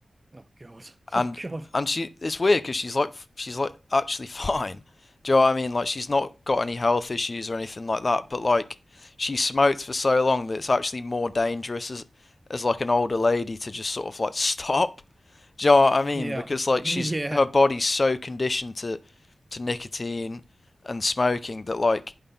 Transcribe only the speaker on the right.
Oh God. <laughs>
Oh God.
Yeah.
<laughs>
Yeah.